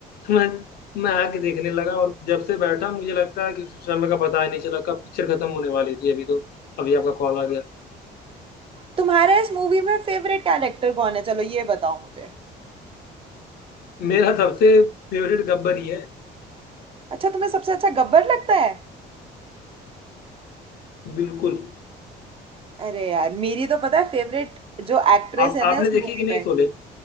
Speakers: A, on the left; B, on the right.
A: तो मैं मैं आके देखने लगा और जब से बैठा मुझे लगता है कि उस समय का पता ही नहीं चला कब पिक्चर खत्म होने वाली थी अभी तो अभी आपका कॉल आ गया
B: तुम्हारा इस मूवी में फेवरेट कैरेक्टर कौन है चलो ये बताओ मुझे
A: मेरा सबसे फेवरेट गब्बर ही है
B: अच्छा तुम्हें सबसे अच्छा गब्बर लगता है
A: बिल्कुल
B: अरे यार मेरी तो पता है फेवरेट जो एक्ट्रेस
A: आप
B: है ना
A: आपने
B: इस
A: देखी
B: मूवी
A: कि नहीं
B: में
A: शोले